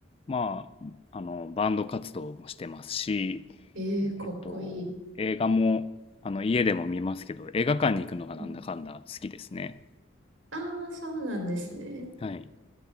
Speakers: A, on the left; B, on the right.
A: まあ、あの、バンド活動もしてますし、
B: ええかっこいい。
A: えっと、映画も、あの、家でも見ますけど、映画館に行くのがなんだかんだ好きですね。
B: うん。ああー、そうなんですね。
A: はい。